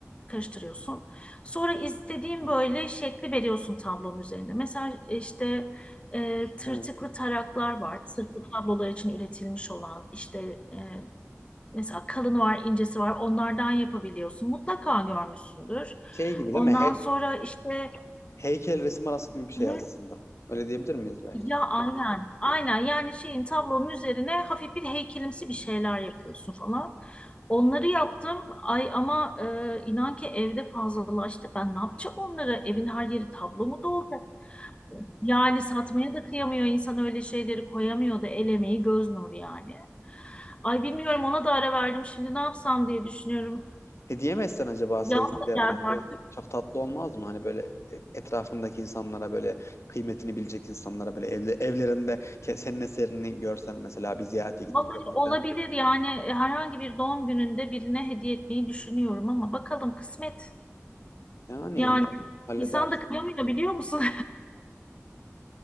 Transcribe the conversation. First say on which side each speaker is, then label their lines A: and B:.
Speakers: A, on the left (about 25°); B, on the left (about 70°).
A: karıştırıyorsun. Sonra istediğin böyle şekli veriyorsun tablonun üzerinde. Mesela e, işte e,
B: He.
A: tırtıklı taraklar var. Sırf bu tablolar için üretilmiş olan işte e, mesela kalını var, incesi var. Onlardan yapabiliyorsun. Mutlaka görmüşsündür.
B: Şey gibi
A: Ondan
B: değil mi? He-
A: sonra işte
B: heykel resim arası gibi bir şey
A: hı,
B: aslında. Öyle diyebilir miyiz belki?
A: Ya aynen, aynen yani şeyin tablonun üzerine hafif bir heykelimsi bir şeyler yapıyorsun falan. Onları yaptım. Ay ama e, inan ki evde fazlalaştı. Ben ne yapacağım onları? Evin her yeri tablo mu dolacak? Yani satmaya da kıyamıyor insan öyle şeyleri koyamıyor da el emeği göz nuru yani. Ay bilmiyorum ona da ara verdim. Şimdi ne yapsam diye düşünüyorum.
B: Hediye mi etsen acaba
A: Yaz
B: sevdiklerine?
A: da geldi artık.
B: Ve Çok tatlı olmaz mı? Hani böyle etrafındaki insanlara böyle kıymetini bilecek insanlara böyle evle- evlerinde ke- senin eserini görsen mesela bir ziyarete gittiklerinde
A: Vallahi olabilir
B: falan.
A: yani E, herhangi bir doğum gününde birine hediye etmeyi düşünüyorum ama bakalım kısmet.
B: Yani
A: Yani
B: umarım halleder.
A: insan da kıyamıyor biliyor musun?